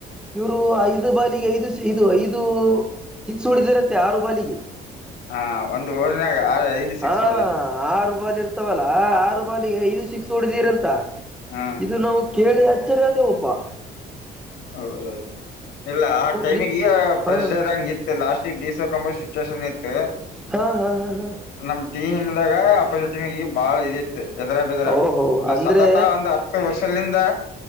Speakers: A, in the centre; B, on the left (about 75°).
A: ಇವ್ರು ಐದು ಬಾಲಿಗೆ ಐದು ಇದು ಐದು ಸಿಕ್ಸ್ ಹೊಡಿದಿರಂತೆ ಆರು ಬಾಲಿಗೆ
B: ಹ ಒಂದ್ ಓವರ್ನಾಗ ಆರ್ ಐದು ಸಿಕ್ಸ್
A: ಹಾ
B: ಹೊಡದೇನಿ
A: ಆರು ಬಾಲ ಇರ್ ರ್ತವಲ್ಲಾ ಆರು ಬಾಲಿಗೆ ಐದು ಸಿಕ್ಸ ಹೊಡಿದೀರಂತಾ.
B: ಹ
A: ಇದು ನಾವು ಕೇಳ ತರುವದು ಹೂಪಾ
B: ಹೌದೌದು ಇಲ್ಲಾ ಆ ಟೈಮಿಗೆ
A: ನಿ
B: ಈ ಪ್ರೆಷರ್
A: ಹ
B: ಹಂಗ ಇತ್ತು ಲಾಸ್ಟಿಗೆ ಬೀಸೋಕಂಬಶಿ ಸ್ಟೆಷನ್ ಇತ್ತ
A: ಹಾ ಹಾ ಹಾ ಹಾ
B: ನಮ್ ಟೀ ಹಿಮ್ದಾಗ ಅಪಿಡಟೀಮ ಈ ಬಾಳ ಇದಿತ್ತ್. ಎದ್ರಾ ಬಿದ್ರಾ
A: ಓಹೋ
B: ಇದು
A: ಅಂದ್ರೆ
B: ಸತತ ಒಂದು ಹತ್ತು ವರ್ಷಿಲಿಂ ತಾ